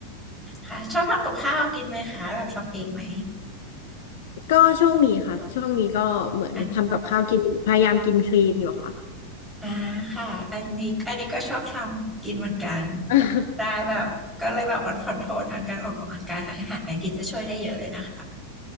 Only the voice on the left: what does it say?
<laughs> ก็ช่วงนี้ค่ะช่วงนี้ก็เหมือนทำกับข้าวกินอยู่พยายามกินคลีนอยู่ค่ะ
<laughs>